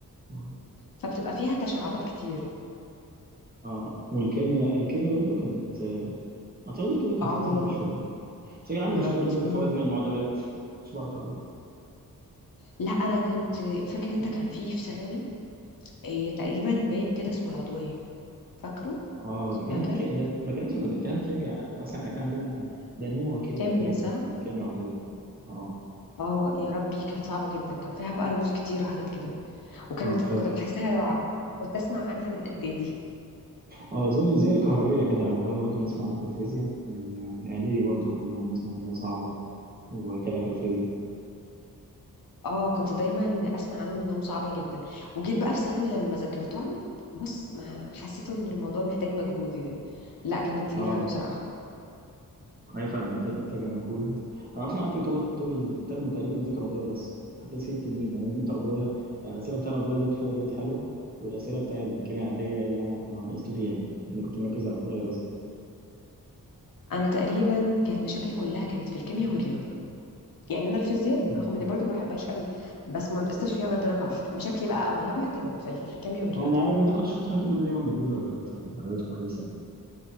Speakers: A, on the right; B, on the left.
A: مم.
B: فبتبقى فيها تشعبات كتير
A: اه والكيمياء الكيمياء برضو كانت اعتقد الكيمياء كانت
B: اه
A: لطيفة شوية بس كان عندي
B: يا
A: مشكلة
B: رب
A: دايما
B: يسلمك
A: في وزن المعادلات كنتش بعرف اعمله
B: لا انا كنت فاكر انت كان فيه في ثانوي إيه، تقريبا باب كده اسمه العضويه فاكره
A: اه
B: اسمها
A: دي كانت
B: كده
A: ك... ده ما كانش ده كانت كيمياء اصلا احنا كان عندنا ده نوع كيمياء
B: كيميا
A: كامل
B: صح
A: كان كيمياء عضوية اه
B: اه يا ربي كانت صعبة جدا كان فيها بقى رموز كتير وحاجات كده وكانت
A: اه فاكر
B: كنت بحسها رعب كنت اسمع عنها من اعدادي
A: اه زي زي الكهربية كده لما كنا برضه بنسمع عنها في الفيزياء من من اعدادي برضه كنا بنسمع ان هي صعبة وكده في الفيزياء
B: اه كنت دايما اسمع عنهم انهم صعبة جدا وجيت بقى في ثانوي لما ذاكرتهم بص ما حسيت ان الموضوع محتاج مجهود يعني لا كانت تقيلة
A: اه
B: قوي بصراحة
A: ما هي فعلا هي كانت محتاجه مجهود انا اصلا قعدت طول طول الترم تقريبا اذاكر عضويه بس حتى اسئله التنين يعني جبت عضويه يعني الاسئله بتاع العضويه جبت فيها درجات حلوه والاسئله بتاع الكيمياء العاديه هي اللي انا ما نقصت فيها يعني لاني كنت مركز على العضويه بس
B: انا تقريبا كانت مشاكلي كلها كانت في الكيمياء والرياضة يعني انا الفيزياء
A: مم.
B: رغم اني برضو ما بحبهاش قوي بس ما نقصتش فيها غير درجة واحدة مشاكلي بقى اغلبها كانت في الكيمياء والرياضة
A: هو انا عارف انت كنت شاطر انت كنت دايما بتجيب درجات درجات كويسه